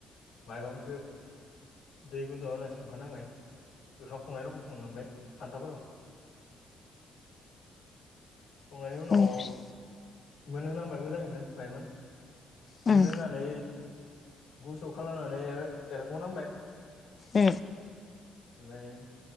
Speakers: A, on the left (about 85°); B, on the left (about 35°).
A: माइरंखो दै गुदुङाव होना संखानांबाय ओखाम संनाय रखम संनांबाय खान्थाफोराव संनायनि उनाव
B: बेनिफ्राय
A: मोनहोनांबाय मोजाङैनो बखयमान
B: उम
A: मोनहोनानै गुसु खालामनानै एरखावनांबाय ओमफ्राय
B: उम